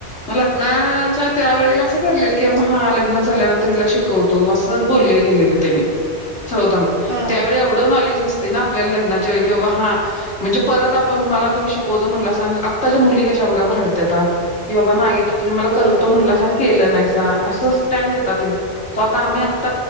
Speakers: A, on the left; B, on the right.
A: म लग्ना आच्या त्या वेळेला असं ठरलेलं किं महालग्न झाल्यानं तर हिला शिकवतो असं बोलं गेलेलं तेनी ठरवतान
B: हा
A: त्यावेळी
B: हा
A: अव नॉलेज नसते ना आपल्या लग्नाच्या वेळी कि बा हा. म्हणजे परत आपण मला तुम्ही शिकवतो म्हटलासा अन आताच्या मुली कशा बघा भांडत्याता कि बाबा नाही. तुम्ही मला
B: होय
A: करतो
B: होय
A: म्हंटलासा आणि केलं नाहीसा अस स्टँड घेतात तेन तो आता आम्ही आता